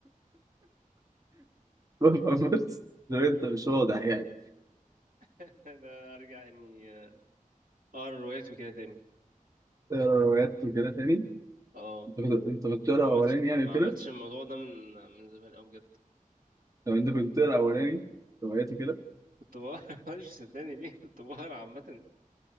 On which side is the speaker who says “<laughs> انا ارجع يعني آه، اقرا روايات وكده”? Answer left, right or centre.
Right